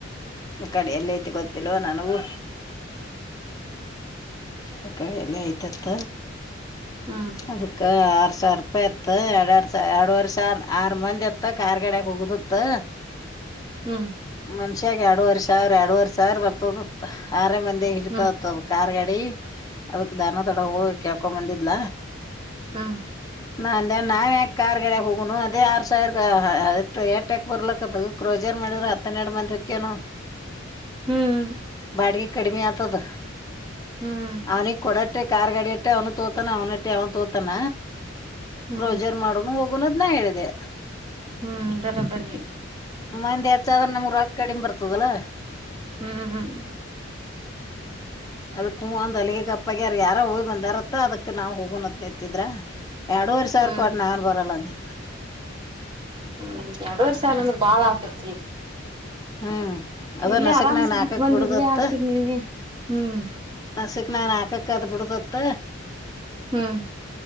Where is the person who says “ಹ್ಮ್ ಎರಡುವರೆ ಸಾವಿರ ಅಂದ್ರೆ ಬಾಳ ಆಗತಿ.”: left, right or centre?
Right